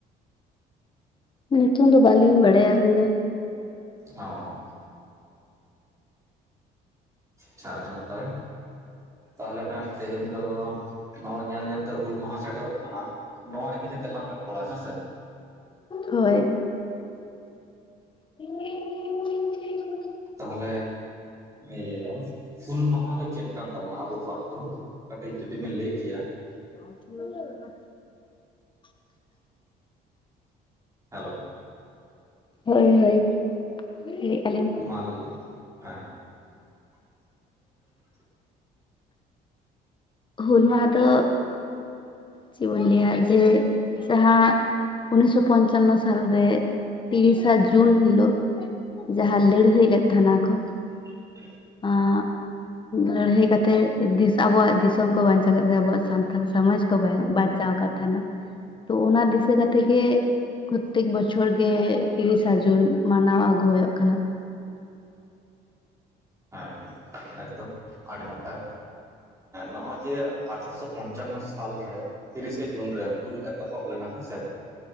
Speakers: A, on the left; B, on the right.
A: ᱧᱩᱛᱩᱢ ᱫᱚ ᱵᱟᱞᱤᱧ ᱵᱟᱲᱟᱭᱟ ᱟᱞᱤᱧ ᱫᱚ᱾
B: ᱚᱻ ᱟᱪᱷᱟ ᱟᱰᱤ ᱱᱟᱯᱟᱭ᱾ ᱛᱟᱦᱚᱞᱮ ᱠᱷᱟᱱ ᱛᱮᱦᱮᱧ ᱫᱚ ᱱᱚᱜᱚᱭ ᱧᱮᱞ ᱧᱮᱞᱛᱮ ᱦᱩᱞ ᱢᱟᱦᱟ ᱥᱮᱴᱮᱨᱚᱜ ᱠᱟᱱᱟ ᱱᱚᱣᱟ ᱤᱫᱤ ᱠᱟᱛᱮᱜ ᱞᱟᱝ ᱨᱚᱯᱚᱲᱟ ᱦᱮᱸ ᱥᱮ᱾
A: ᱦᱳᱭ <unintelligible>
B: ᱛᱟᱦᱞᱮ ᱤᱭᱟᱹ ᱦᱩᱞ ᱢᱟᱦᱟ ᱫᱚ ᱪᱮᱫ ᱠᱟᱱ ᱛᱟᱵᱚᱱᱟ ᱟᱵᱚ ᱠᱚᱣᱟᱜ ᱫᱚ? ᱠᱟᱹᱴᱤᱡ ᱡᱩᱫᱤ ᱵᱮᱱ ᱞᱟᱹᱭ ᱠᱮᱭᱟ
A: <unintelligible>
B: ᱦᱮᱞᱳ
A: ᱦᱳᱭ ᱦᱳᱭ ᱞᱟᱹᱭᱮᱜ ᱠᱟᱱᱤᱧ᱾
B: ᱢᱟᱞ ᱦᱮᱸ᱾ <inaudible>
A: ᱦᱩᱞ ᱢᱟᱦᱟ ᱫᱚ ᱪᱮᱫ ᱵᱚᱱ ᱞᱟᱹᱭᱟ ᱤᱭᱟᱹ ᱡᱟᱦᱟᱸ ᱩᱱᱤᱥᱥᱚ ᱯᱚᱧᱪᱟᱱᱱᱚ ᱥᱟᱞᱨᱮ ᱛᱤᱨᱤᱥᱟ ᱡᱩᱱ ᱦᱤᱞᱳᱜ ᱡᱟᱦᱟᱸ ᱞᱟᱹᱲᱦᱟᱹᱭ ᱞᱮᱫ ᱛᱟᱦᱮᱱᱟ ᱠᱚ
B: <inaudible>
A: ᱟᱸᱜ ᱞᱟᱹᱲᱦᱟᱹᱭ ᱠᱟᱛᱮᱜ ᱫᱤᱥ ᱟᱵᱚᱣᱟᱜ ᱫᱤᱥ ᱚᱢ ᱠᱚ ᱵᱟᱧᱪᱟᱣ ᱠᱟᱛᱮ ᱟᱵᱚᱣᱟᱜ ᱥᱟᱱᱛᱟᱞ ᱥᱚᱢᱟᱡᱽ ᱠᱚ ᱵᱟᱧᱪᱟᱣ ᱠᱟᱫ ᱛᱟᱦᱮᱱᱟ᱾ ᱛᱚ ᱚᱱᱟ ᱫᱤᱥᱟᱹ ᱠᱟᱛᱮ ᱜᱮ ᱯᱨᱚᱛᱛᱮᱠ ᱵᱚᱪᱷᱚᱨ ᱜᱮ ᱛᱤᱨᱤᱥᱟ ᱡᱩᱱ ᱢᱟᱱᱟᱣ ᱟᱹᱜᱩ ᱦᱩᱭᱩᱜ ᱠᱟᱱᱟ᱾
B: ᱦᱮᱸ, ᱮᱠᱫᱚᱢ ᱟᱰᱤ ᱱᱟᱯᱟᱭ ᱱᱚᱜᱼᱚᱭ ᱡᱮ ᱟᱴᱷᱮᱨᱚᱥᱚ ᱯᱚᱧᱪᱟᱱᱱᱚ ᱥᱟᱞ ᱨᱮ ᱛᱤᱨᱤᱥᱮ ᱡᱩᱱ ᱨᱮ ᱦᱩᱞ ᱮᱛᱚᱦᱚᱵ ᱞᱮᱱᱟ ᱦᱮᱸ ᱥᱮ᱾